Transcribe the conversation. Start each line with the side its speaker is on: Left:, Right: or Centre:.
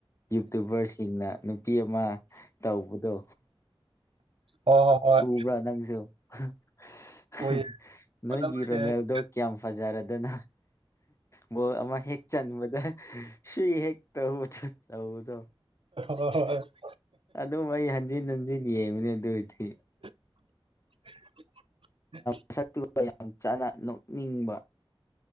Left: ꯌꯨꯇꯨꯕꯔꯁꯤꯡꯅ ꯅꯨꯄꯤ ꯑꯃ ꯇꯧꯕꯗꯣ
Right: ꯍꯣꯏ ꯍꯣꯏ ꯍꯣꯏ
Left: ꯎꯕ꯭ꯔꯥ ꯅꯪꯖꯨ ꯍꯥ ꯍꯥ ꯍꯥ
Right: ꯎꯏ
Left: ꯅꯣꯏꯒꯤ
Right: ꯃꯇꯝ ꯂꯩꯔꯤꯉꯩ
Left: ꯔꯣꯅꯦꯜꯗꯣ ꯀꯌꯥꯝ ꯐꯖꯔꯗꯅ ꯕꯣꯜ ꯑꯃ ꯍꯦꯛ ꯆꯟꯕꯗ ꯁꯨꯏ ꯍꯦꯛ ꯊꯨꯠ ꯇꯧꯕꯗꯣ
Right: ꯍꯣꯏ ꯍꯣꯏ ꯍꯣꯏ
Left: ꯑꯗꯨꯝ ꯑꯩ ꯍꯟꯖꯤꯟ ꯍꯟꯖꯤꯟ ꯌꯦꯡꯕꯅꯦ ꯑꯗꯨꯏꯗꯤ
Right: <inaudible>
Left: ꯃꯁꯛꯇꯨꯒ ꯌꯥꯝ ꯆꯥꯅ ꯅꯣꯛꯅꯤꯡꯕ